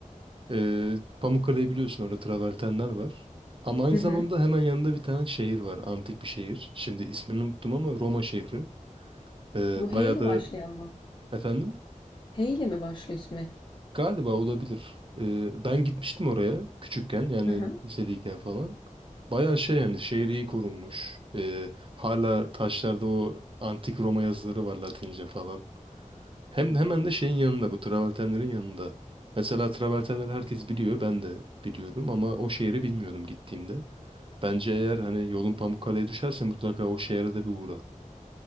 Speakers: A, on the right (about 40°); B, on the left (about 35°).
A: Ee, Pamukkale'yi biliyorsun orada travertenler var. Ama aynı
B: Hı
A: zamanda
B: hı.
A: hemen yanında bir tane şehir var. Antik bir şehir. Şimdi ismini unuttum ama Roma şehri. Ee,
B: Bu H
A: bayağı
B: ile
A: da
B: başlayan mı?
A: efendim
B: H ile mi başlıyor ismi?
A: galiba olabilir. Ee, ben gitmiştim oraya küçükken yani
B: Hı hı.
A: lisedeyken falan. Bayağı şey yani şehir iyi korunmuş. Ee, hala taşlarda o antik Roma yazıları var Latince falan. Hem hemen de şeyin yanında bu travertenlerin yanında. Mesela travertenleri herkes biliyor. Ben de biliyordum ama o şehri bilmiyordum gittiğimde. Bence eğer hani yolun Pamukkale'ye düşerse mutlaka o şehre de bir uğra.